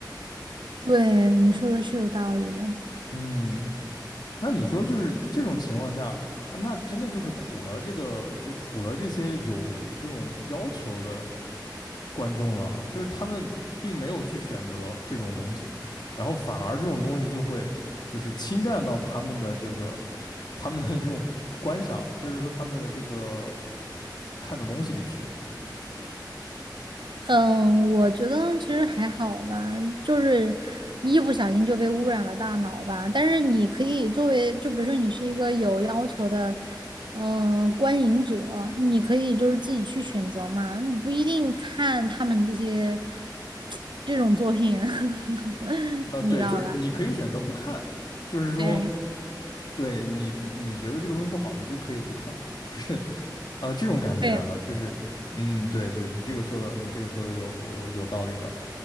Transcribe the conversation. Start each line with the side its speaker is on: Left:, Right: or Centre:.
Right: 对，你说的是有道理的。
Left: 嗯，那你说就是这种情况下，啊那真的就是苦了这个，就苦了这些有这种要求的观众了，就是他们并没有去选择这种东西，然后反而这种东西就会就是侵占到他们的这个他们的这种观赏，就是说他们的这个看的东西里去。
Right: 嗯，我觉得其实还好吧，就是你一不小心就被污染了大脑吧。但是你可以作为，就比如说你是一个有要求的，嗯、观影者，你可以就是自己去选择嘛，你不一定看他们这些 <tsk> 这种作品，<laughs>
Left: 那对，
Right: 你知道吧？
Left: 就是你可以选择不看，就是说
Right: 对，
Left: 对你不你觉得这个东西不好，你就可以不看，就是啊这种感觉哈、
Right: 对，
Left: 啊就是嗯对对，你这个说的你这个说的有有道理的，